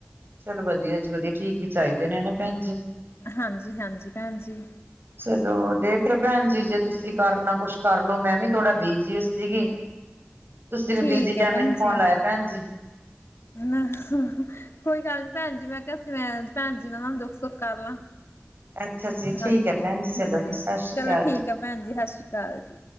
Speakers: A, on the right (about 60°); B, on the left (about 85°).
A: ਚਲੋ ਵਧੀਆਂ ਜੀ ਵਧੀਆਂ ਠੀਕ ਈ ਚਾਈਦੇ ਨੇ ਹੈਨਾ ਪੈਨ ਜੀ।
B: ਹਾਂਜੀ-ਹਾਂਜੀ ਪੈਣ ਜੀ‌‌।
A: ਚਲੋ ਦੇਖ ਲੋ ਪੈਣ ਜੀ ਜੇ ਤੁਸੀਂ ਕਰਨਾ ਕੁਛ ਕਰ ਲਓ ਮੈਂ ਵੀ ਥੋੜ੍ਹਾ ਬਿਜ਼ੀ ਓ ਸੀਗੀ ਤੁਸੀਂ ਵੀ
B: ਠੀਕ
A: ਬਿਜ਼ੀ
B: ਹੈ
A: ਟੈਮ
B: ਭੈਣ
A: ਮੈਨੂੰ ਫ਼ੋਨ
B: ਜੀ
A: ਲਾਇਆ ਪੈਣ ਜੀ।
B: ਨਾ ਕੋਈ ਗੱਲ ਨੀ ਪੈਣ ਜੀ ਮੈਂ ਕੈਆ ਸੀ ਮੈਂ ਪੈਣ ਜੀ ਨਾਲ ਦੁੱਖ-ਸੁੱਖ ਕਰ ਲਾਂ
A: ਅੱਛਾ ਜੀ
B: ਹਾਂਜੀ-ਹਾਂਜੀ
A: ਠੀਕ ਹੈ ਭੈਣ ਜੀ ਚਲੋ ਸਤਿ ਸ੍ਰੀ
B: ਚਲੋ
A: ਅਕਾਲ
B: ਠੀਕ ਆ ਪੈਣ ਜੀ ਹਾਸ਼ੀ ਕਾਲ ਜੀ।